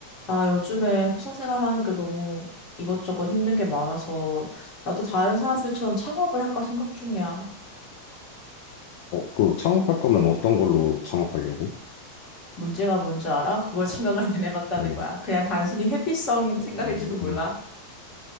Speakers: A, on the left; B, on the left.
A: 나 요즘에 회사 생활하는 게 너무 이것저것 힘든 게 많아서 나도 다른 사람들처럼 창업을 할까 생각 중이야.
B: 어, 그 창업할 거면 어떤 걸로 창업하려고?
A: 문제가 뭔지 알아? 그걸 <laughs> 생각을 안 해봤다는
B: 음.
A: 거야. 그냥 단순히 회피성 생각일지도
B: 음.
A: 몰라.